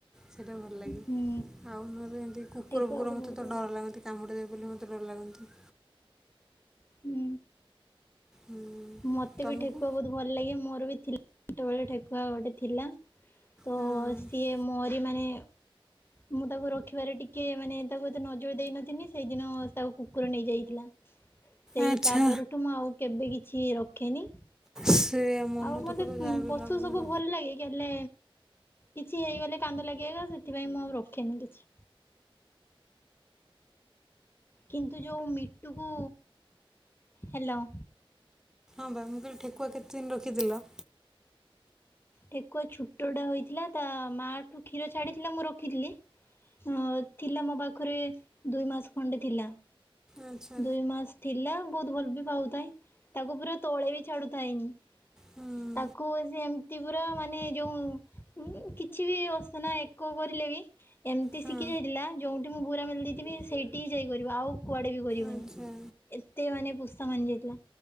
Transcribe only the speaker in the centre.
ସେଇଟା ଭଲ ଲାଗେ।
ଆଉ ନହେଲେ ଏମିତି କୁକୁର
ଫୁକୁର ମୋତେ
ତ
ଡର
ଲାଗନ୍ତି। କାମୁଡଡିଦେବେ ବୋଲି ମୋତେ ଡର ଲାଗନ୍ତି।
ହୁଁ।
ତମକୁ
ହଁ
ଆଚ୍ଛା
ସେ ମନ
ଦୁଃଖ
ତ ଯାହା ବି
ହେଲେ ହବ ତମର
ହଁ ପା ମୁଁ କହିଲି ଠେକୁଆ କେତେ ଦିନ ରଖିଥିଲ?
ଆଚ୍ଛା
ହଁ।
ହଁ
ଆଚ୍ଛା